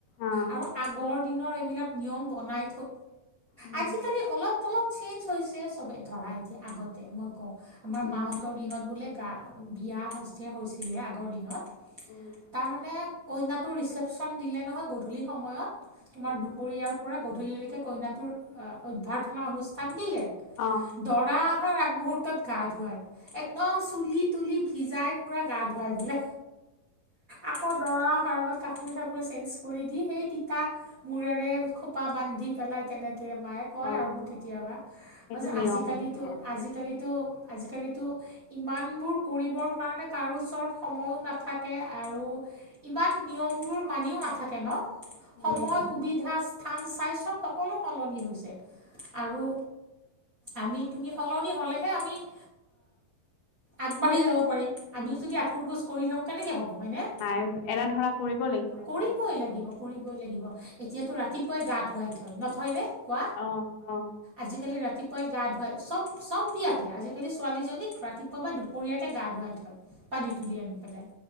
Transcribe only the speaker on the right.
আৰু আগৰ দিনৰ এইবিলাক নিয়ম বনাই
আজিকালি অলপ অলপ চেঞ্জ হৈছে চবে ধৰা এতি আগতে মই কওঁ আমাৰ
মাহতৰ দিনত বোলে গা বিয়া সজ হৈছিলে আগৰ দিনত
তাৰমানানে কইনাটো ৰিচেপ্যন দিলে নহয় গধূলি সময়ত তোমাৰ
দুপৰীয়াৰ পৰা গধূলিলৈকে কইনাটোৰ অভ্যয়াৰ্থনা অনুষ্ঠান দিলে
দৰা ৰ আগমহুৰ্তত গা ধুৱাই একদম চুলি তুলি ভিজাই পুৰা গা ধুৱাই বোলে আকৌ দৰা সাৰবাত কাপোৰ চাপোৰ চেঞ্জ কৰি দি সেই তিতা মূৰেৰে খোপা বান্ধি পেলাই তেনেকে মায়ে কয়
আৰু মোক কেতিয়াবা
তাৰপিছত
আজিকালিতো
আজিকালিতো আজিকালিতো ইমানবোৰ কৰিবৰ কাৰণে কাৰো ওচৰত সময়ো নাথাকে আৰু ইমান নিয়মবোৰ মানিও নাথাকে ন সময়
সুবিধা কাম চাই চব সকলো সলনি হৈছে আৰু আমি তুমি সলনি হলেহে আমি অ আগবাঢ়ি যাব পাৰিম আমিও
যদি আকুৰ গোজ কৰি থাকোঁ কেনেকৈ হ'ব হয়নে
কৰিবই
লাগিব কৰিবই লাগিব এতিয়াতো ৰাতিপুৱাই গা ধুৱাই নহয়নে কৱা
আজি কালি ৰাতি গা ধুৱাই চব চব দিয়াতে আজিকালি ছোৱালীজনীক ৰাতিপুৱা বা দুপৰীয়াতে গা ধুৱাই থয় পানী তুলি আনি পেলাই